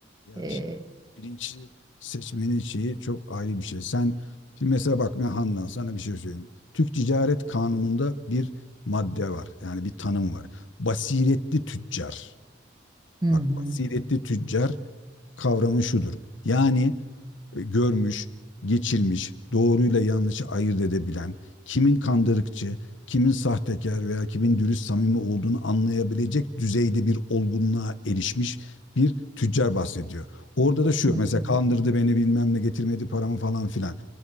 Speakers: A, on the left; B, on the right.
A: Yani
B: E,
A: şimdi bilinçli seçmenin şeyi çok ayrı bir şey. Sen şimdi mesela bak ben Handan sana bir şey söyleyeyim. Türk Ticaret Kanunu'nda bir madde var. Yani bir tanım var. Basiretli tüccar.
B: hı
A: Bak
B: hı,
A: basiretli tüccar kavramı şudur. Yani e, görmüş, geçirmiş, doğruyla yanlışı ayırt edebilen, kimin kandırıkçı, kimin sahtekar veya kimin dürüst samimi olduğunu anlayabilecek düzeyde bir olgunluğa erişmiş bir tüccar bahsediyor. Orada da şu
B: hı hı,
A: mesela kandırdı beni bilmem ne getirmedi paramı falan filan